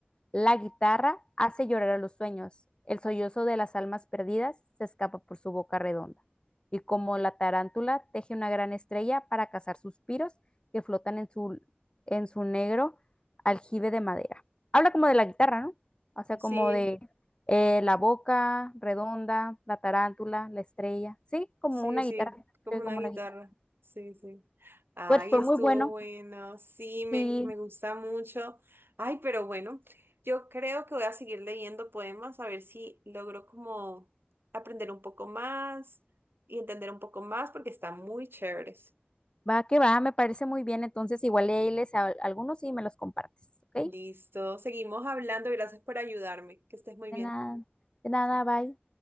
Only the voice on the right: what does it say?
Sí,
sí,
sí,
como
una
guitarra.
Sí, sí. Ay,
estuvo
bueno. Sí, me,
me gusta mucho. Ay, pero bueno, yo creo que voy a seguir leyendo poemas a ver si logro como aprender un poco más y entender un poco más porque están muy chéveres.
Listo. Seguimos hablando. Gracias por ayudarme. Que estés muy
bien.
Chao.